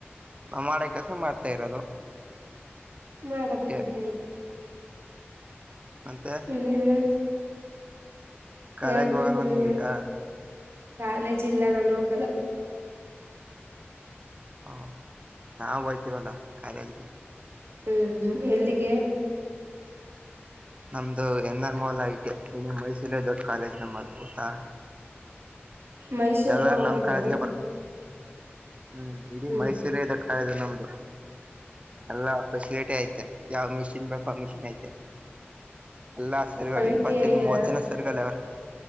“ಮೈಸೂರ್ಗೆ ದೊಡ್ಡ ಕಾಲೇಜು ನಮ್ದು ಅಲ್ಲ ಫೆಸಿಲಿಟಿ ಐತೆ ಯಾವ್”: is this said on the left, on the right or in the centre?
Right